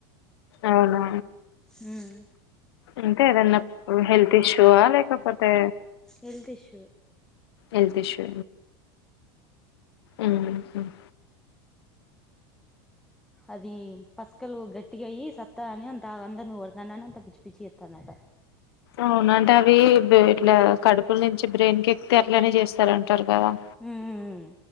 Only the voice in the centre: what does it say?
ఉమ్
హెల్త్ ఇష్యూ వె
అది పసుకలు గట్టిగా అయి సత్తా అని అంత అందరిని కొడతండని అంత పిచ్చి పిచ్చి చేత్తనంట
ఉమ్